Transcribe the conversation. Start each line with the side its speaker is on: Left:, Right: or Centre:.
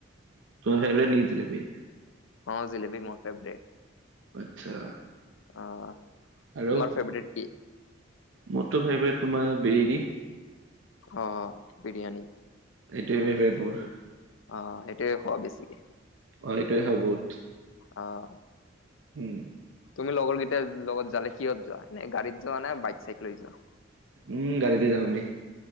Right: <unintelligible>
Left: অ জেলেপি মোৰ ফেব্ৰেত
Right: আচ্ছা
Left: অ, তোমাৰ
Right: আৰু
Left: ফেব্ৰেত কি?
Right: মোৰতো ফেব্ৰেত তোমাৰ বিৰিয়ানী
Left: অ অ বিৰিয়ানী।
Right: এইটৱে মেভৰেট মোৰ।
Left: অ সেইটোয়ে খোৱা বেছিকে।
Right: অ সেইটোয়ে খাওঁ বহুত
Left: অহ
Right: উম,
Left: তুমি লগৰ কেইটাৰ লগত যালে কিহত যোৱা, এ গাড়ীত যোৱা নে বাইক চাইক লৈ যোৱা?
Right: উম গাড়ীতে যাওঁ আমি।